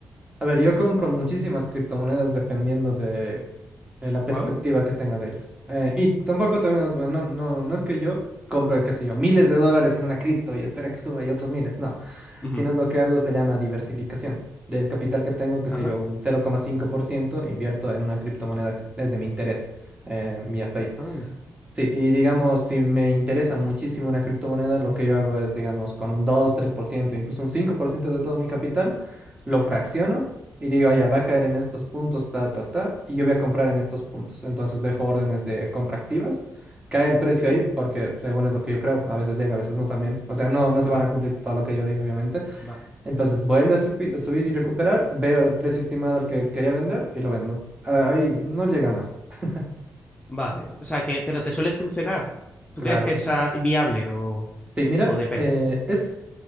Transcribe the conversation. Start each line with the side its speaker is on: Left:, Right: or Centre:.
Right: A ver, yo compro muchísimas criptomonedas dependiendo de eh, la
Left: Wow.
Right: perspectiva que tenga de ellas. Eh, y tampoco te no, no, no es que yo compre, qué sé yo, miles de dólares en una cripto y espera que suba y otros miles. No,
Left: Ujú.
Right: sino lo que hago se llama diversificación. Del capital que tengo, qué sé
Left: Ajá.
Right: yo, un cero coma cinco por ciento invierto en una criptomoneda que es de mi interés. Eh, y hasta ahí.
Left: Anda.
Right: Sí, y digamos, si me interesa muchísimo una criptomoneda, lo que yo hago es, digamos, con un dos tres por ciento incluso un 5% de todo mi capital, lo fracciono y digo, ya va a caer en estos puntos, ta, ta, ta, y yo voy a comprar en estos puntos. Entonces dejo órdenes de compra activas, cae el precio
Left: Sí.
Right: ahí, porque según es lo que yo creo, a veces llega, a veces no también. O sea, no, no se van
Left: Va,
Right: a cumplir todo lo que yo digo, obviamente.
Left: va.
Right: Entonces vuelve a, supi- a subir y recuperar, veo el precio estimado al que quería vender y lo vendo. Ah, Ahí no llega más. <laughs>
Left: Vale, o sea que, pero ¿te suele funcionar? ¿Tú
Right: Claro
Left: crees que
Right: que
Left: es
Right: sí.
Left: ah, viable o,
Right: Sí, mira,
Left: o depende?
Right: eh, es,